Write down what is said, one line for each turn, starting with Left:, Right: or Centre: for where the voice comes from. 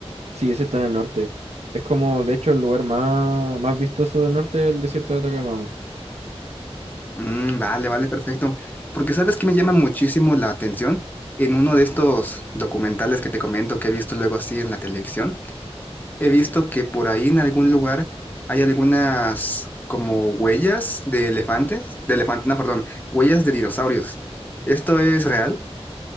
Right: sí, ese está en el norte. Es como, de hecho, el lugar más, más vistoso del norte del desierto de Atacama. aún.
Left: Mm, vale, vale, perfecto. Porque sabes que me llama muchísimo la atención en uno de estos documentales que te comento que he visto luego así en la televisión. He visto que por ahí en algún lugar hay algunas como huellas de elefantes, de elefantes, no, perdón, huellas de dinosaurios. ¿Esto es real?